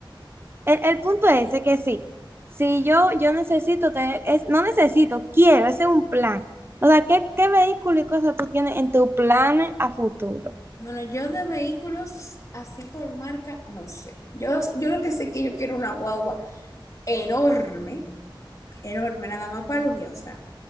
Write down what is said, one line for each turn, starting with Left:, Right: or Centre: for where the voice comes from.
Right: El, el punto es de que sí, si yo, yo necesito tener, es, no necesito, quiero, ese es un plan. O sea, ¿qué, qué vehículo y cosas tú tienes en tu plan a futuro?
Left: Bueno, yo de vehículos así por marca, no sé. Yo, yo lo que sé es que yo quiero una guagua enorme, enorme, nada más para los días, o sea,